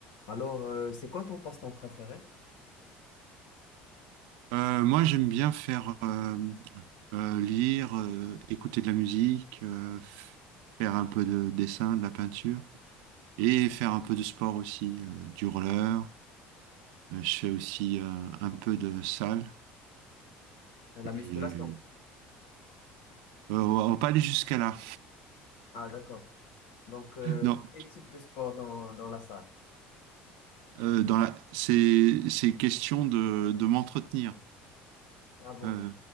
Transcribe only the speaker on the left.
Alors, euh, c'est quoi ton passe-temps préféré?
La
musculation.
Ah, d'accord. Donc, euh,
quel type de sport dans, dans la salle?
Ah bon,